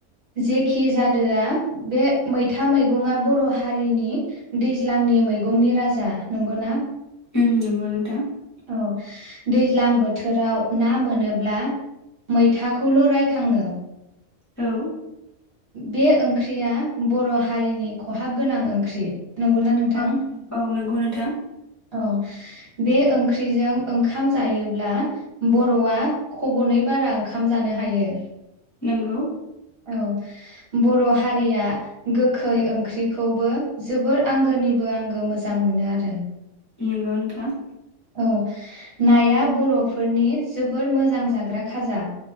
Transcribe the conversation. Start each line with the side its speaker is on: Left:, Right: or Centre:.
Right: जेखि जादोआ बे मैथा मैगंङा बर' हारिनि दैज्लांनि मैगंनि राजा नंगौ ना?
Left: उम नंगौ नोंथां।
Right: औ दैज्लां बोथोराव ना मोनोब्ला मैथाखौल' रायखांङो।
Left: औ
Right: बे ओंख्रिया बर' हारिनि खहाब गोनां ओंख्रि। नंगौना नोंथां
Left: औ औ नंगौ नों थां
Right: औ बे ओंख्रिजों ओंखाम जायोब्ला बर'आ खब'नै बारा ओंखाम जानो हायो।
Left: नोंगौ।
Right: औ बर' हारिया गोखै ओंख्रिखौबो जोबोर आंगोनिबो आंगो मोजां मोनो आरो।
Left: नंगौ नोंथां।
Right: औ नाया बर'फोरनि जोबोर मोजां जाग्रा खाजा।